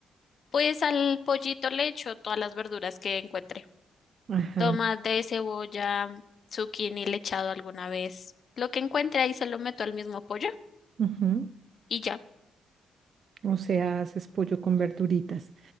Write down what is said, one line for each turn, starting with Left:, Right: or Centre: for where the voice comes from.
Left: pues al pollito le echo todas las verduras que encuentre.
Right: Ajá,
Left: Tomate, cebolla, zucchini le he echado alguna vez. Lo que encuentre ahí se lo meto al mismo pollo
Right: ujú.
Left: y ya.
Right: O sea, haces pollo con verduritas.